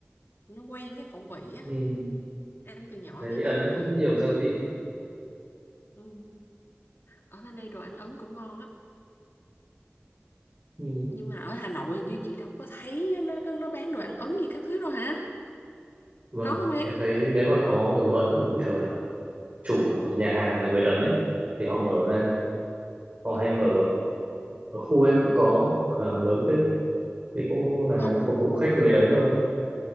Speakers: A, on the left; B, on the right.
A: nó quen cái khẩu vị á
B: Ừ.
A: ăn từ nhỏ
B: Thấy
A: tới
B: Ấn
A: lớn rồi
B: cũng nhiều gia vị.
A: ừ. ở bên đây đồ ăn Ấn cũng ngon lắm
B: Ừ.
A: nhưng mà ở Hà Nội hình như chị đâu có thấy nó nó nó bán đồ ăn Ấn gì các thứ đâu hả
B: Vâng,
A: có không em
B: em thấy nếu mà có đồ Ấn thì thường là chủ của nhà hàng là người Ấn ấy. Thì họ mở ra, họ hay
A: À,
B: mở ở khu em cũng có cửa hàng lớn thế thì cũng là
A: ồ,
B: phục vụ khách người Ấn thôi